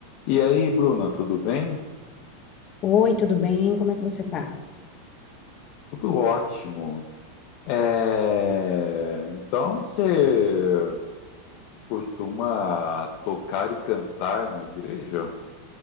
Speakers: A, on the left; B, on the left.
A: E aí, Bruna, tudo bem?
B: Oi, tudo bem? Como é que você tá?
A: Tudo ótimo. É, Então você costuma tocar e cantar na igreja?